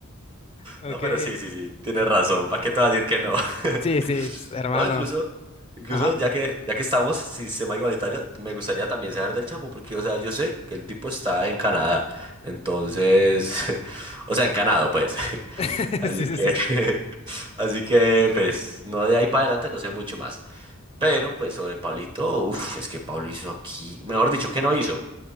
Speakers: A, on the left; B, on the right.
A: Ok.
B: No, pero sí, sí, sí, tienes razón. ¿Para qué te vas a decir que no? <laughs>
A: Sí, sí, pues, hermano.
B: No, incluso, incluso
A: Ajá.
B: ya que, ya que estamos, si se llama igualitario, me gustaría también saber del Chapo, porque, o sea, yo sé que el tipo está en Canadá, entonces, <laughs> o sea, en Canadá, pues. <laughs>
A: <laughs>
B: Así
A: Sí, sí,
B: que,
A: sí.
B: <laughs> así que, pues, no de ahí para adelante no sé mucho más. Pero, pues, sobre Pablito, uff, es que Pablo hizo aquí, mejor dicho, ¿qué no hizo?